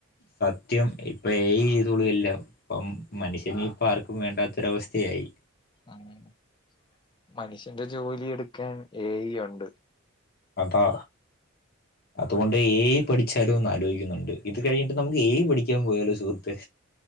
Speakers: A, on the left (about 45°); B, on the left (about 20°).
A: സത്യം ഇപ്പൊ ഏ ഈ ചെയ്തോളും എല്ലാം ഇപ്പം മനുഷ്യനെ ഇപ്പം ആർക്കും വേണ്ടാത്തൊരവസ്ഥയായി
B: ഉ മനുഷ്യന്റെ ജോലി എടുക്കാൻ ഏ യി ഉണ്ട്.
A: അപ്പാ അതുകൊണ്ട് എ യി പഠിച്ചാലും ഒന്ന് ആലോചിക്കുന്നുണ്ട് ഇത് കഴിഞ്ഞിട്ട് നമുക്ക് ഏ യി പഠിക്കാൻ പോയാലോ സുഹൃത്തെ,